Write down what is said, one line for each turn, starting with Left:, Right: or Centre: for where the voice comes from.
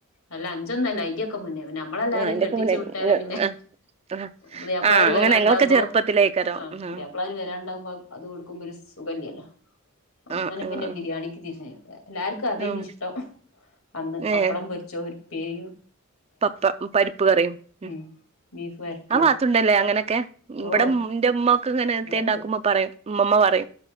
Left: അല്ല അഞ്ചൊന്നെല്ല അയിന്റെയൊക്കെ മുന്നേ പിന്നെ നമ്മളെല്ലാരെയും
Right: ആഹ് അയിന്റെക്കെ
Left: കെട്ടിച്ചു
Right: മുന്നേ
Left: വിട്ടേര
Right: ഇങ്ങ
Left: പിന്നെ-
Right: ആഹ് ആഹ്
Left: പുതിയാപ്പിള്ളാര്
Right: ആഹ് അങ്ങനെ
Left: വരാണ്ടാവുമ്പോ
Right: ഞങ്ങളൊക്കെ ചെറുപ്പത്തിലേക്കാരം
Left: ആഹാ
Right: ആഹ്
Left: പുതിയാപ്പിള മാര് വരാണ്ടാവുമ്പോൾ അത് കൊടുക്കുമ്പോൾ ഒരു സുഖയില്ലല്ലോ അങ്ങനെ
Right: ആഹ് ആഹ്
Left: പിന്നെ ബിരിയാണിക്ക് തിരിഞ്ഞ് എല്ലാർക്കും അതേ
Right: ആഹ്
Left: നി ഇഷ്ടം അന്ന് പപ്പടം
Right: ഏഹ്
Left: പൊ ചോരുപെയും
Right: പപ്പ പരിപ്പ് കറിയും - എല്ലാ
Left: ഉം ബീഫ് വരട്ടിയോ
Right: പാത്തുണ്ടല്ലേ അങ്ങനൊക്കെ മ് ഇവിടം
Left: ഓഹ്
Right: എന്റെ ഉമ്മാക്ക് ഇങ്ങനെത്തെ
Left: ഇവിടെണ്ട്
Right: ഉണ്ടാക്കുമ്പോ പറയും ഉമ്മുമ്മ പറയും